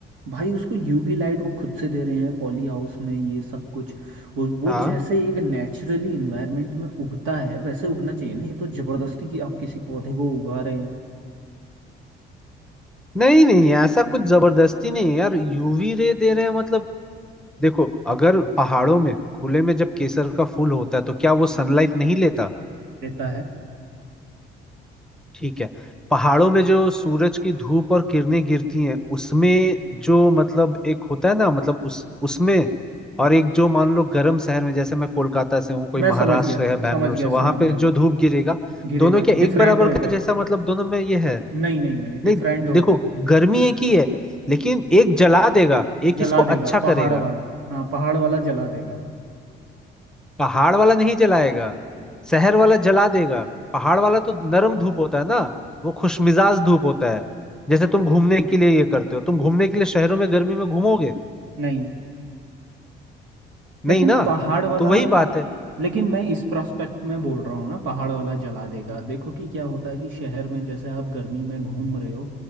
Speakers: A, on the right; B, in the centre.
A: भाई उसको यूवी लाइट वो खुद से दे रहे हैं पॉली हाउस में ये सब कुछ वो वो
B: हाँ
A: जैसे एक नेचुरली इन्वायरमेंट में उगता है वैसे उगना चाहिए ना ये तो जबरदस्ती की आप किसी पौधे को उगा रहे हैं
B: नहीं नहीं ऐसा कुछ जबरदस्ती नहीं है यार यूवी रे दे रहे हैं मतलब देखो अगर पहाड़ों में खुले में जब केसर का फूल होता है तो क्या वो सनलाइट नहीं लेता
A: देता है
B: ठीक है पहाड़ों में जो सूरज की धूप और किरणें गिरती हैं उसमें जो मतलब एक होता है ना मतलब उस उसमें और एक जो मान लो गर्म शहर में जैसे मैं कोलकाता से हूँ कोई
A: मैं
B: महाराष्ट्र
A: समझ गया
B: से है बैंगलोर
A: समझ गया
B: से वहां
A: समझ गया
B: पे जो धूप गिरेगा
A: गिरेगा
B: दोनों क्या
A: डिफरेंट
B: एक बराबर
A: होगा
B: का जैसा मतलब दोनों में ये है
A: नहीं नहीं नहीं डिफरेंट
B: नहीं
A: होगा
B: देखो गर्मी एक ही है लेकिन एक जला देगा एक
A: जला
B: इसको अच्छा
A: देगा
B: करेगा
A: पहाड़ वाला हाँ पहाड़ वाला जला देगा
B: पहाड़ वाला नहीं जलाएगा शहर वाला जला देगा पहाड़ वाला तो नरम धूप होता है ना वो खुशमिजाज धूप होता है जैसे तुम घूमने के लिए ये करते हो तुम घूमने के लिए शहरों में गर्मी में घूमोगे
A: नहीं
B: नहीं
A: लेकिन
B: ना
A: पहाड़ वाला
B: तो वही बात है
A: लेकिन मैं इस प्रोस्पेक्ट में बोल रहा हूँ ना पहाड़ वाला जला देगा देखो कि क्या होता है कि शहर में जैसे आप गर्मी में घूम रहे हो